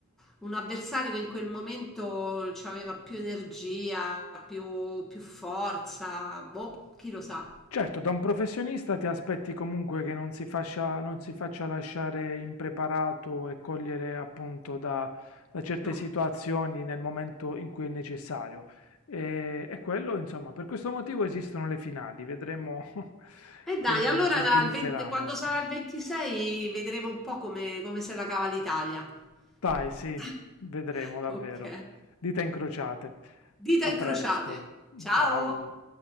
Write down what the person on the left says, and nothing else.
Certo, da un professionista ti aspetti comunque che non si fascia- non si faccia lasciare impreparato e cogliere appunto da, da certe
situazioni nel momento in cui è necessario. E, e quello, insomma, per questo motivo esistono le finali, vedremo <laughs>
come
si svilupperanno.
Dai, sì,
vedremo davvero.
Dita incrociate.
A
presto,
ciao.